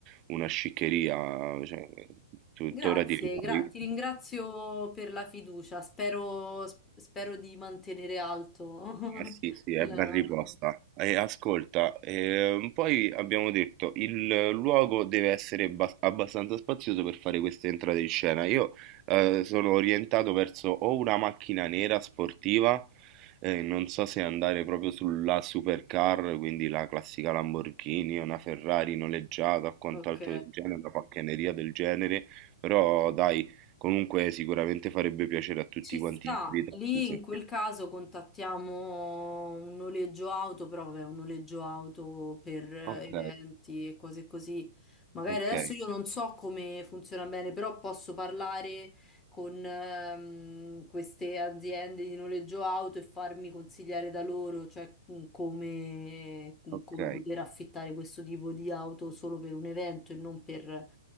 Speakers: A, on the right; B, on the left.
A: una sciccheria, cioè, tuttora
B: grazie,
A: ti ricordi.
B: gra- ti ringrazio per la fiducia. Spero, spero di mantenere alto
A: Ma sì,
B: <laughs>
A: sì, è
B: la-
A: ben riposta. E ascolta, ehm, poi abbiamo detto il luogo deve essere abbas- abbastanza spazioso per fare queste entrate in scena. Io eh, sono orientato verso o una macchina nera sportiva, eh, non so se andare proprio sulla supercar, quindi la classica Lamborghini, una Ferrari noleggiata o quant'altro
B: Ok.
A: del genere, una pacchianeria del genere, però dai, comunque sicuramente farebbe piacere a tutti
B: Ci sta,
A: quanti gli invitati.
B: lì
A: sentire.
B: in quel caso contattiamo un noleggio auto, però vabbè, un noleggio auto per eh,
A: Ok,
B: eventi e cose così. Magari
A: ok.
B: adesso io non so come funziona bene, però posso parlare con ehm, queste aziende di noleggio auto e farmi consigliare da loro, cioè mm, come, mm,
A: Ok,
B: come poter affittare questo tipo di auto solo per un evento e non per